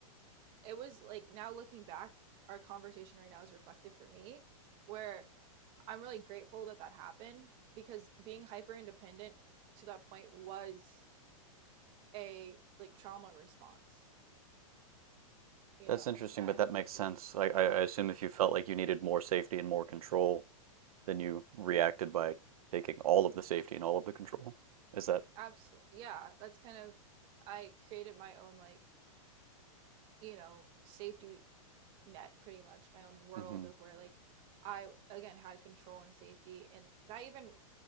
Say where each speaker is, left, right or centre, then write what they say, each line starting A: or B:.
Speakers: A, on the right (about 25°); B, on the right (about 80°).
A: it was like now looking back our conversation right now is reflective for me where i'm really grateful that that happened because being hyper independent to that point was a like trauma response you
B: That's
A: know,
B: interesting,
A: and
B: but
A: I
B: that makes sense. I, I I assume if you felt like you needed more safety and more control, then you reacted by taking all of the safety and all of the control. Is that?
A: absolutely, yeah, that's kind of, I created my own, like, you know, safety net pretty much, my own world
B: hmm
A: of where, like, I, again, had control and safety. And that even